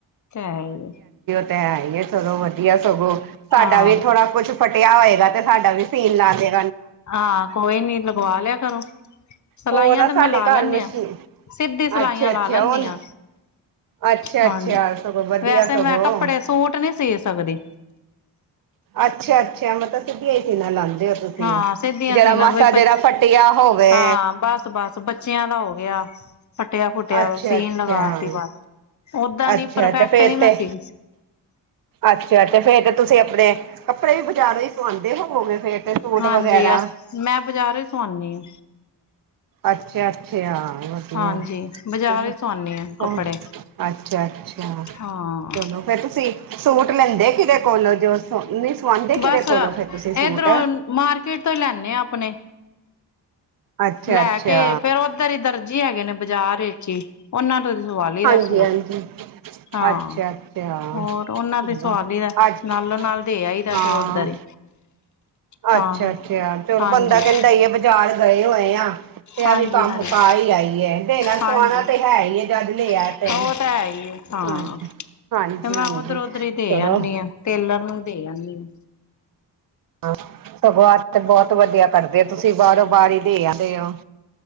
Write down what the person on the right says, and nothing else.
ਤੇ ਹੈ ਏ। ਸਗੋਂ ਵਧੀਆ, ਸਗੋਂ ਸਾਡਾ
ਵੀ ਥੋੜਾ ਕੁੱਛ ਫਟਿਆ ਹੋਏਗਾ, ਤੇ ਸਾਡਾ ਵੀ ਸੀਨ ਲਾ ਦਿਆ
ਉਹ ਨਾ
ਸਾਡੇ
ਘਰ
ਮਸ਼ੀਨ
ਅੱਛਾ ਅੱਛਾ
ਉਹ
ਅੱਛਾ
ਅੱਛਾ ਸਗੋਂ ਵਧੀਆ
ਸਗੋਂ
ਅੱਛਾ- ਅੱਛਾ ਮਤਲਬ ਸਿੱਧੀਆਂ ਈ ਸੀਨਾ ਲਾਂਦੇ। ਤੁਸੀਂ,
ਜਿਹੜਾ
ਮਸਾ
ਜਿਹੜਾ ਫਟੀਆ ਹੋਵੇ।
ਅੱਛਾ-
ਅੱਛਾ,
ਅੱਛਾ,
ਤੇ ਫੇਰ
ਤੇ,
ਅੱਛਾ ਤੇ ਫੇਰ ਤੁਸੀਂ ਆਪਣੇ ਕੱਪੜੇ ਵੀ ਬਜ਼ਾਰੋਂ ਹੀ ਸਵਾਉਂਦੇ ਹੋਵੋਗੇ ਫੇਰ ਤੇ ਸੂਟ
ਵਗੈਰਾ
ਅੱਛਾ- ਅੱਛਾ। ਵਧੀਆ,
ਚਲੋ
ਹਾਂ,
ਅੱਛਾ- ਅੱਛਾ,
ਚਲੋ ਫੇਰ ਤੁਸੀਂ ਸੂਟ ਲੈਂਦੇ ਕਿਦੇ ਕੋਲੋ ਜੋ ਨਹੀਂ ਸਵਾਉਂਦੇ ਕਿਦੇ
ਕੋਲੋਂ ਫੇਰ ਤੁਸੀਂ ਸੂਟ
ਅੱਛਾ
ਅੱਛਾ
ਹਾਂਜੀ
ਹਾਂਜੀ
ਅੱਛਾ ਅੱਛਾ
ਚਲੋ
ਅੱਜ
ਹਾਂ
ਅੱਛਾ-
ਅੱਛਾ, ਚਲੋ
ਬੰਦਾ ਕਹਿੰਦਾ ਏ ਬਾਜ਼ਾਰ ਗਏ ਹੋਏ ਹਾਂ। ਤੇ ਆ
ਵੀ ਕੰਮ
ਮੁਕਾ ਹੀ ਆਈ ਏ, ਦੇਣਾ-
ਸਵਾਣਾ ਤੇ ਹੈ ਹੀ ਏ ਜਦ ਲਿਆ
ਤੇ, ਹਾਂਜੀ,
ਹਾਂਜੀ-
ਹਾਂਜੀ
ਚਲੋ।
ਹਾਂ, ਸਗੋਂ ਤੇ ਬਹੁਤ ਵਧੀਆ ਕਰਦੇ ਤੁਸੀਂ ਬਾਹਰੋਂ ਵਾਰੀ ਦੇ ਆਂਦੇ ਆਂ